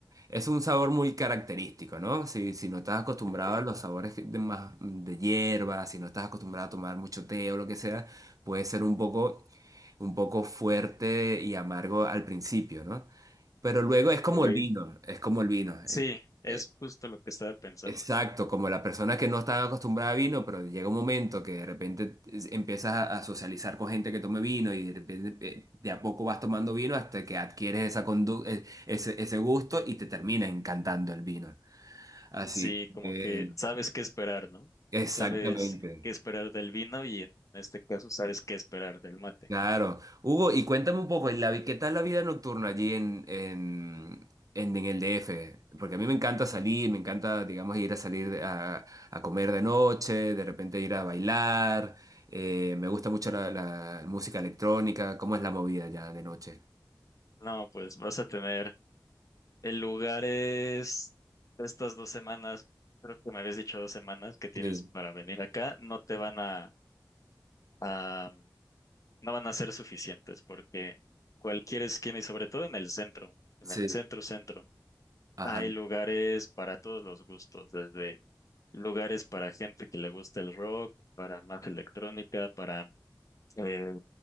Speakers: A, on the right; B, on the left.
A: es un sabor muy característico, ¿no? Si, si no estás acostumbrado
B: Ok,
A: a los sabores de, más, mm, de hierba, si no estás acostumbrado a tomar mucho té o lo que sea, puede ser un poco, un poco fuerte y amargo al principio, ¿no? Pero luego es como
B: ok.
A: el vino, es como el vino.
B: Sí,
A: eh,
B: es
A: eh,
B: justo lo que estaba pensando.
A: Exacto, como la persona que no está acostumbrada a vino, pero llega un momento que de repente es- empiezas a, a socializar con gente que tome vino y de repente eh, de a poco vas tomando vino hasta que adquieres esa condu- eh, ese, ese gusto y te termina encantando el vino. Así
B: Sí, como
A: que,
B: que sabes qué esperar, ¿no?
A: exactamente.
B: Sabes qué esperar del vino y en este caso sabes qué esperar del mate.
A: Claro. Hugo, y cuéntame un poco, la vi- ¿qué tal la vida nocturna allí en, en, en, en el DF? Porque a mí me encanta salir, me encanta, digamos, ir a salir de- a, a comer de noche, de repente ir a bailar. eh, me gusta mucho la, la música electrónica. ¿Cómo es la movida ya de noche?
B: No, pues vas a tener el lugar es estas dos semanas, creo que me habías dicho dos semanas que tienes
A: Sí,
B: para venir acá, no te van a, a no van a ser suficientes porque cualquier esquina y sobre todo en el centro, en
A: sí.
B: el centro centro,
A: Ajá.
B: hay lugares para todos los gustos, desde lugares para gente que le gusta el rock, para más electrónica, para... eh,